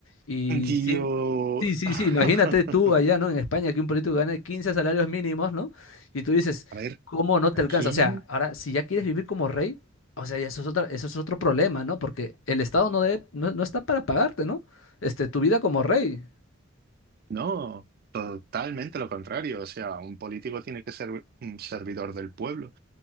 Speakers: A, on the left (about 80°); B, on the right (about 50°).
A: y
B: Dio.
A: sin... Sí, sí,
B: <laughs>
A: sí, imagínate tú allá, ¿no? En España que un político gana 15 salarios mínimos, ¿no? Y tú dices,
B: A ver,
A: ¿cómo no te
B: aquí.
A: alcanza? O sea, ahora, si ya quieres vivir como rey, o sea, ya eso es otra, eso es otro problema, ¿no? Porque el Estado no, debe, no, no está para pagarte, ¿no? Este, tu vida como rey.
B: No, totalmente lo contrario. O sea, un político tiene que ser un servidor del pueblo,